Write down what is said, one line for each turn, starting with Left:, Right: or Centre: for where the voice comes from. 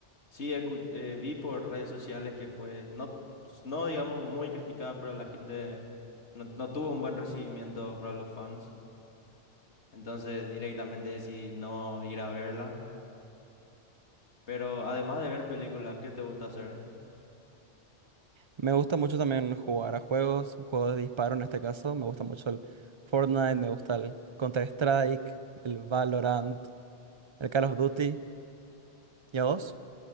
Left: Sí, escu- eh, vi por redes sociales que fue, no, no digamos, muy criticada, pero la gente no, no tuvo un buen recibimiento para los fans. Entonces directamente decidí no ir a verla. Pero además de ver películas, ¿qué te gusta hacer?
Right: Me gusta mucho también jugar a juegos, juegos de disparo en este caso. Me gusta mucho el Fortnite, me gusta el Counter-Strike, el Valorant, el Call of Duty. ¿Y a vos?